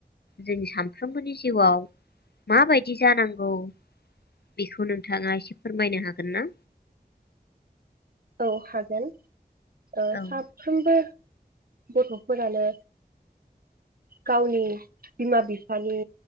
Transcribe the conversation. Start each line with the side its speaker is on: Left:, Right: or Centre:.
Left: जोंनि सानफ्रोमबोनि जिउआव माबायदि जानांगौ बेखौ नोंथाङा इसे फोरमायनो हागोन ना?
Right: औ हागोन ओ
Left: औ
Right: साफ्रोमबो गथ'फोरानो गावनि बिमा बिफानि